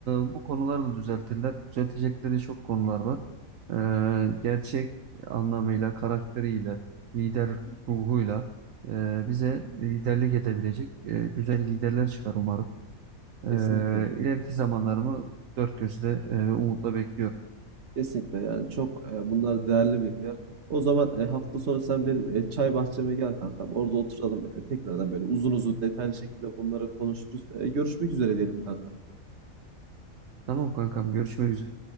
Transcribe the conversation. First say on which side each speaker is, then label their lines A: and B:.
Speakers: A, on the right; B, on the right.
A: e, bu konular da düzeltirler. Düzeltecekleri çok konular var. Ee, gerçek anlamıyla, karakteriyle, lider ruhuyla e, bize liderlik edebilecek e, güzel liderler çıkar umarım. Ee,
B: Kesinlikle.
A: ileriki zamanlarımı dört gözle e, umutla bekliyorum.
B: Kesinlikle yani çok e, bunlar değerli bilgiler. O zaman e, hafta sonu sen benim e, çay bahçeme gel kankam. Orada oturalım e, tekrardan böyle uzun uzun detaylı şekilde bunları konuşuruz. E, görüşmek üzere diyelim kankam.
A: Tamam kankam, görüşmek üzere.